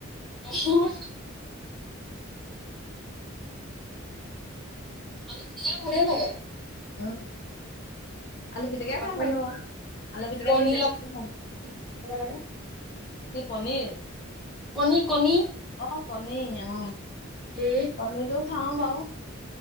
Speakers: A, in the centre; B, on the left.
A: উ <unintelligible> আলু তিটিকা ভালেই লাগে
B: হা <unintelligible> আলু পিটিকাই
A: কেতিয়াবা
B: ভাল
A: কণী
B: লাগে বাৰু আলু পিটিকাটো
A: কণী
B: বেছ
A: লগ
B: ভাল
A: খাব লাগে
B: কি পনীৰ,
A: কণী কণী,
B: অ কণী অ,
A: উম
B: কণীটো খাও বাৰু,